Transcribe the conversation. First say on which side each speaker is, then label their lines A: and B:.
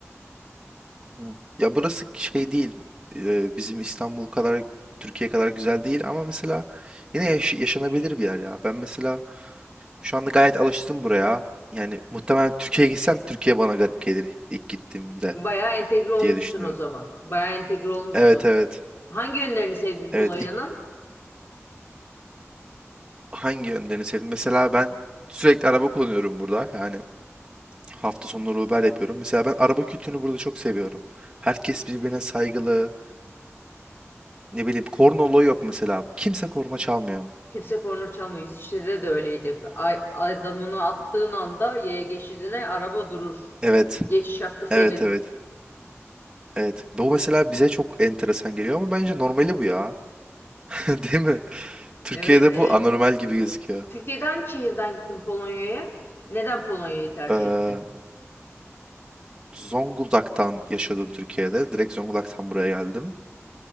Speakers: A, on the right; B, on the left.
A: Aha. Ya burası şey değil. e, bizim İstanbul kadar Türkiye kadar güzel değil ama mesela yine yaş- yaşanabilir bir yer ya. Ben mesela şu anda gayet alıştım buraya. Yani muhtemelen Türkiye'ye gitsem Türkiye bana garip gelir ilk gittiğimde
B: Bayağı entegre olmuşsun
A: diye düşünüyorum.
B: o zaman. Bayağı entegre olmuşsun.
A: Evet evet.
B: Hangi yönlerini sevdin
A: Evet
B: Polonya'nın?
A: ilk hangi yönlerini sevdim? Mesela ben sürekli araba kullanıyorum burada. Yani hafta sonları Uber yapıyorum. Mesela ben araba kültürünü burada çok seviyorum. Herkes birbirine saygılı. Ne bileyim korna olayı yok mesela. Kimse korna çalmıyor.
B: Kimse korna çalmıyor. İsviçre'de de öyleydi. hep. Ay, adamını attığın anda yaya geçidine araba durur.
A: Evet.
B: Geçiş hakkı senin.
A: Evet evet. Evet. Bu mesela bize çok enteresan geliyor ama bence normali bu ya. <laughs> Değil mi? Türkiye'de
B: Evet, e,
A: bu anormal gibi gözüküyor.
B: Türkiye'den hangi şehirden gittin Polonya'ya. Neden Polonya'yı tercih
A: Ee,
B: ettin?
A: Zonguldak'tan yaşadım Türkiye'de. Direkt Zonguldak'tan buraya geldim.